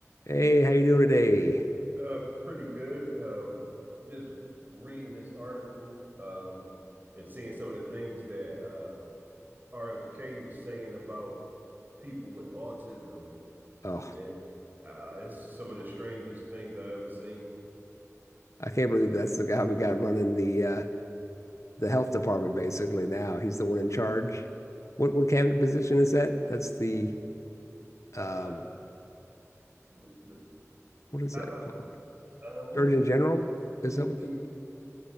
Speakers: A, on the left (about 70°); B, on the right (about 35°).
A: Hey, how you doing today?
B: Uh, pretty good. Um, just reading this article um, and seeing some of the things that uh, RFK was saying about people with autism.
A: Oh,
B: It uh, it's some of the strangest things I've ever seen.
A: I can't believe that's the guy we got running the uh the health department basically now. He's the one in charge. What what cabinet position is that? That's the um
B: Uh, the, the,
A: what is
B: I,
A: that called?
B: uh, what
A: Surgeon
B: is it?
A: General?
B: It,
A: Is that what
B: it,
A: the,